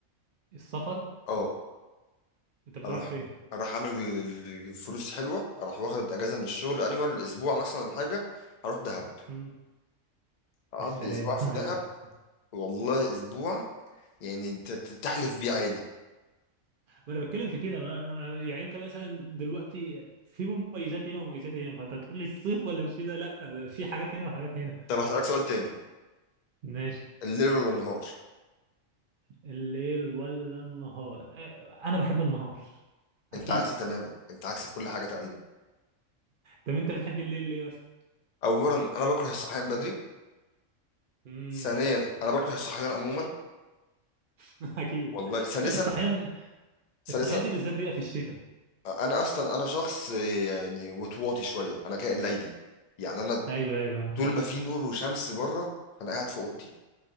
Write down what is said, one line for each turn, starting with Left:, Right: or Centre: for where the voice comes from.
Right: السفر
Left: اه
Right: انت بتروح
Left: اروح
Right: فين؟
Left: اروح اعمل ال- ال- فلوس حلوه اروح واخد اجازه من الشغل انيوال اسبوع مثلا ولا حاجه اروح دهب
Right: مم.
Left: اقضي
Right: السلام
Left: اسبوع في
Right: <laughs>
Left: دهب والله اسبوع يعني انت ت- تحلف بيه عادي
Right: ما انا بتكلم في كده ما- ما- يعني انت مثلا دلوقتي في مميزات هنا ومميزات هنا فانت تقول لي الصيف ولا الشتاء لا في حاجات هنا وحاجات هنا
Left: طب هسألك سؤال تاني
Right: ماشي
Left: الليل ولا النهار
Right: الليل ولا النهار آه، انا بحب النهار اكيد
Left: انت عكسي تماما انت عكسي في كل حاجه تقريبا
Right: طب انت بتحب الليل ليه مثلا
Left: اولا انا بكره الصحيان بدري
Right: امم
Left: ثانيا انا بكره الصحيان عموما
Right: <laughs> اكيد
Left: والله ثالثا
Right: الصحيان
Left: ثالثا
Right: الصحيان دي بالذات بيبقى في الشتاء
Left: انا اصلا انا شخص يعني وطواطي شويه انا كائن ليلي يعني انا
Right: ايوه ايوه
Left: طول ما في نور وشمس بره انا قاعد في اوضتي